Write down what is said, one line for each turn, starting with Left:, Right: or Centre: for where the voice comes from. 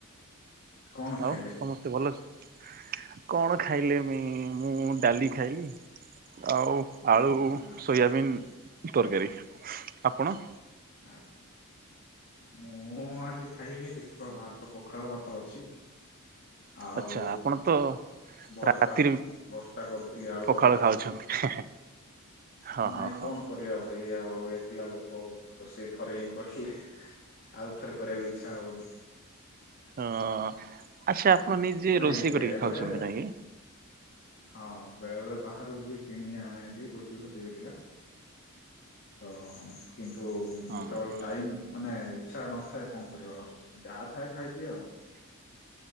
Left: କଣ ଖାଇଲେ?
Right: ଆଉ ସମସ୍ତ ଭଲ ଅଛନ୍ତି? କଣ ଖାଇଲେ ମି ମୁଁ ଡାଲି ଖାଇଲି। ଆଉ ଆଳୁ
Left: ଅ ହଁ
Right: ସୋୟାବିନ୍ ତରକାରୀ, ଆପଣ?
Left: ଆ ମୁଁ ଆଜି ଖାଇବି ଦେଖିବା ଭାତ ପଖାଳ ଭାତ ଅଛି। ଆଉ
Right: ଆଚଛା ଆପଣ ତ
Left: ଭର୍ତ୍ତା
Right: ରାତିରେ ବି
Left: ଭର୍ତ୍ତା କରିଥିଲି ଆଳୁ
Right: ପଖାଳ
Left: ଭର୍ତ୍ତା
Right: ଖାଉଛନ୍ତି, ହଁ
Left: ନାଇଁ
Right: ହଁ। ହଁ।
Left: କଣ କରିବା ଭାଇ ଆଉ ଏକିଲା ଲୋକ ରୋଷେଇ ଥରେ ହିଁ କରିଲେ। ଆଉ ଥରେ କରିବାକୁ ଇଚ୍ଛା ହଉନି।
Right: ହଁ ଆଚ୍ଛା ଆପଣ ନିଜେ
Left: ନାଇଁ
Right: ରୋଷେଇ
Left: ବେଳେ
Right: କରିକି ଖାଉଛନ୍ତି
Left: ବେଳେ
Right: ନାଇଁ କି?
Left: ହଁ ବେଳେ ବେଳେ ବାହାରକୁ ବି କିଣିକି ଆଣେ ଏଠି ରୁଟି ଫୁଟି ହରିକା। ତ କିନ୍ତୁ
Right: ହଁ।
Left: ଯେତେବେଳେ ଟାଇମ ମାନେ ଇଚ୍ଛା ନଥାଏ କଣ କରିବା ଆଉ ଯାହା ଥାଏ ଖାଇଦିଏ ଆଉ।